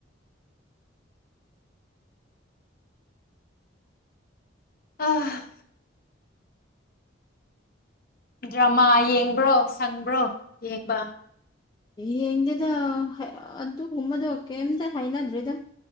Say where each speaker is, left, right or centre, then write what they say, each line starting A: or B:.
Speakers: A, on the left; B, on the left.
A: ꯑ ꯗ꯭ꯔꯃꯥ ꯌꯦꯡꯕ꯭ꯔꯣ ꯁꯪꯕ꯭ꯔꯣ ꯌꯦꯡꯕ
B: ꯌꯦꯡꯗꯦꯗ ꯑꯗꯨ ꯑꯗꯨ ꯎꯃꯗ ꯑꯣꯀꯦꯝꯇ ꯍꯥꯏꯅꯗ꯭ꯔꯔꯤꯗ